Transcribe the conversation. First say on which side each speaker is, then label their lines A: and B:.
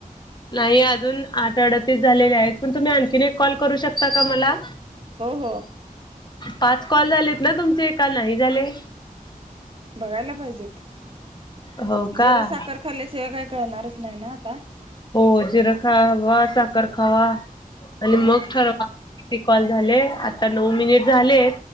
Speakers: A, on the left; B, on the right.
A: नाही अजून आठ अडतीस झालेले आहेत पण तुम्ही आणखीन एक कॉल करू शकता का मला?
B: हो हो.
A: पाच कॉल झालेत ना तुमचे का नाही झाले?
B: बघायला पाहिजेत
A: हो का?
B: जिर साखर खाल्ल्याशिवाय काय कळणारच नाही ना आता.
A: हो जिरं खावा साखर खावा आणि
B: हा
A: मग ठरवा. किती कॉल झाले आता नऊ मिनिट झाले